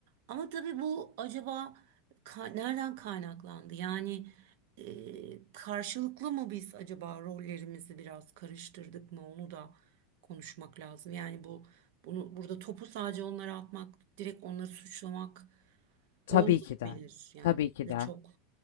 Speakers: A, on the right (about 50°); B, on the left (about 75°).
A: Ama tabii bu acaba ka- nereden kaynaklandı? Yani e, karşılıklı mı biz acaba rollerimizi biraz karıştırdık mı? Onu da konuşmak lazım. Yani bu bunu burada topu sadece onlara atmak, direkt onları suçlamak
B: Tabii
A: olmayabilir.
B: ki de.
A: Yani
B: Tabii ki
A: biz
B: de.
A: de çok